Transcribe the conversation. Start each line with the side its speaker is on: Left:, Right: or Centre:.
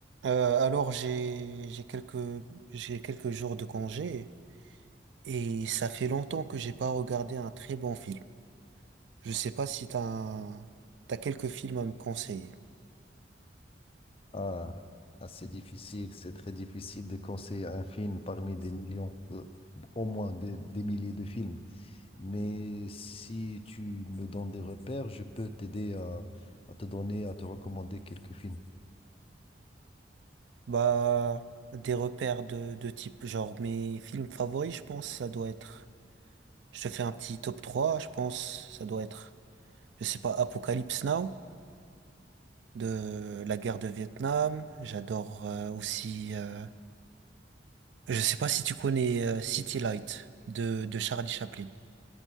Right: Euh, alors j'ai j'ai quelques j'ai quelques jours de congé et ça fait longtemps que j'ai pas regardé un très bon film. Je sais pas si t'as un- t'as quelques films à me conseiller.
Left: Ah, ah, c'est difficile, c'est très difficile de conseiller un film parmi des millions, euh, au moins des, des milliers de films. Mais si tu me donnes des repères, je peux t'aider à, à te donner, à te recommander quelques films.
Right: Bah des repères de de type genre mes films favoris, je pense ça doit être Je te fais un petit top 3. je pense. Ça doit être, je sais pas, Apocalypse Now de la guerre de Vietnam. J'adore euh, aussi. euh, je sais pas si tu connais euh, City Light de, de Charlie Chaplin.